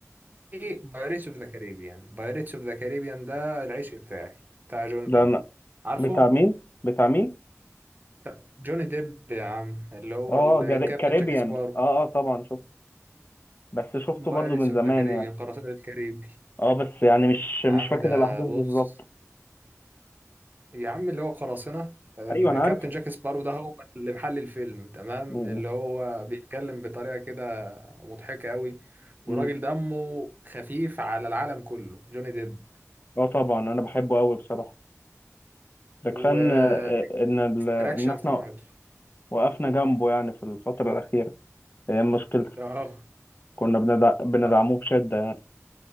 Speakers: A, on the right (about 35°); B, on the left (about 40°).
A: وبايريتس اوف ذا كاريبيان بايريتس اوف ذا كاريبيان ده العشق بتاعي بتاع جوني
B: ده
A: ديب
B: أنا.
A: عارفه
B: بتاع مين بتاع مين
A: بتاع جوني ديب يا عم اللي هو
B: اه
A: الكابتن
B: جر... كاريبيان
A: جاك سبارو
B: اه اه طبعا شفت بس شفته
A: بايريتس
B: برضو من
A: اوف
B: زمان
A: ذا كاريبيان
B: يعني
A: قراصنة الكاريبي
B: اه بس يعني مش
A: يا
B: مش
A: عم
B: فاكر
A: ده
B: الاحداث
A: بص
B: بالظبط
A: يا عم اللي هو قراصنة الكابتن
B: ايوه انا عارف
A: جاك سبارو ده هو اللي محل الفيلم تمام
B: مم.
A: اللي هو بيتكلم بطريقة كده مضحكة قوي
B: مم.
A: وراجل دمه خفيف على العالم كله جوني ديب
B: اه طبعا انا بحبه قوي بصراحة ده كفاية
A: و
B: ان آه، ان ال... ان
A: اكشن
B: احنا
A: سمعته
B: وقفنا جنبه يعني في الفترة الأخيرة هي مشكلته
A: ده اه
B: كنا بندع... بندعموه
A: آه،
B: بشدة يعني